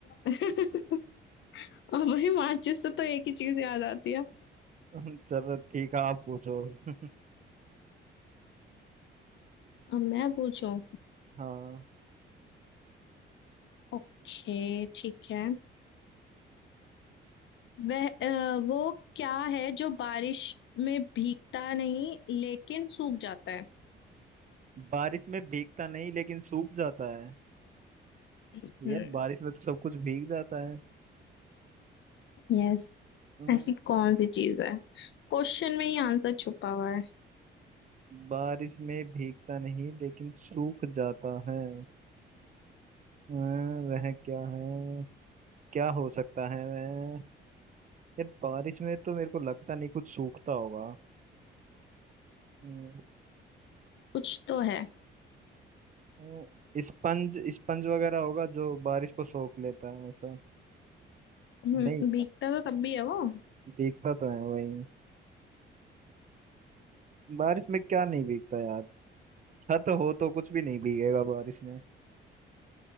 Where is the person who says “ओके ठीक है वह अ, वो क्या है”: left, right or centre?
Left